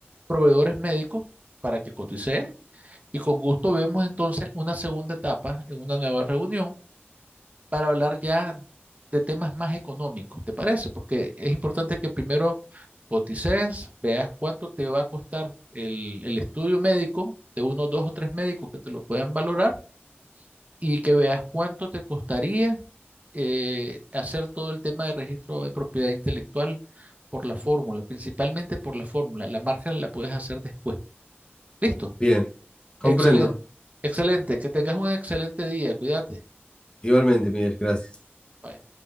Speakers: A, on the right; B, on the left.
A: proveedores médicos para que cotices Y con gusto vemos entonces una segunda etapa en una nueva reunión para hablar ya de temas más económicos, ¿te parece? Porque es importante que primero cotices, veas cuánto te va a costar el, el estudio médico de uno, dos o tres médicos que te lo puedan valorar y que veas cuánto te costaría eh, hacer todo el tema de registro de propiedad intelectual por la fórmula, principalmente por la fórmula. La marca la puedes hacer después. ¿Listo?
B: Bien, comprendo.
A: Excelente, excelente, que tengas un excelente día, cuídate.
B: Igualmente, Miguel, gracias.
A: Bye.